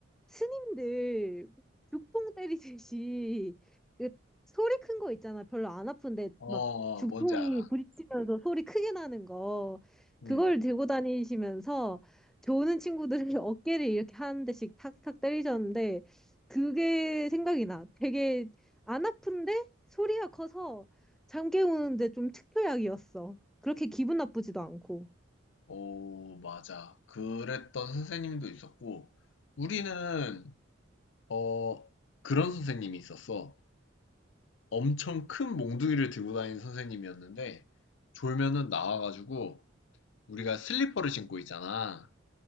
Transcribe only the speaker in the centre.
스님들 죽통 때리듯이 그 소리 큰 거 있잖아. 별로 안 아픈데
막 죽통이
부딪히면서 소리 크게 나는 거. 그걸
들고 다니시면서 좋은 친구들을 <laughs> 어깨를 이렇게 한 대씩 탁탁 때리셨는데 그게 생각이 나. 되게 안 아픈데 소리가 커서 잠 깨우는데 좀 특효약이었어. 그렇게 기분 나쁘지도 않고.